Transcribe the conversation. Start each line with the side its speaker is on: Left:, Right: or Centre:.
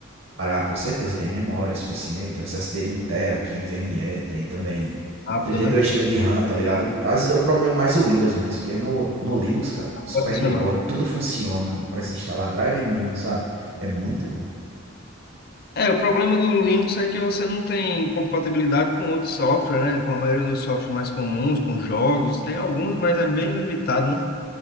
Right: Cara, Ah, com certeza tem memória suficiente, o SSD de um tera aqui, NVMe, tem também
Left: Rápido,
Right: 32
Left: né?
Right: GB de RAM, tá ligado? Às vezes é o problema é mais o Windows mesmo, porque no, no Linux, cara,
Left: Vai
Right: super de boa, tudo funciona, não precisa instalar driver nenhum, sabe? É muito bom.
Left: É, o problema do Linux é que você não tem compatibilidade com outros softwares, né? Com a maioria dos softwares mais comuns, com jogos. Tem alguns, mas é bem limitado, né?